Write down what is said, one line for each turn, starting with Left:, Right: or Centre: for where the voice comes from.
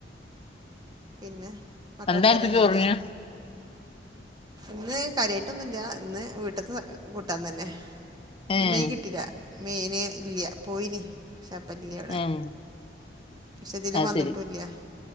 Right: പിന്നെ മക്കളൊക്കെ
Left: എന്താപ്പ
Right: വരാനായില്ലേ
Left: ചോറിന്
Right: ഇന്ന് കാര്യായിട്ടൊന്നുല്ല ഇന്ന് വീട്ട്ത്തെ കൂട്ടാൻ തന്നെ ഇന്ന്
Left: ഏഹ്
Right: മീൻ കിട്ടില്ല മീൻ ഇല്ല്യ പോയിനി ശപ്പല്ല്യ അവിടെ
Left: ഉം
Right: പക്ഷെ ഇതില്
Left: അത്
Right: വന്നിട്ടുംല്ല
Left: ശരി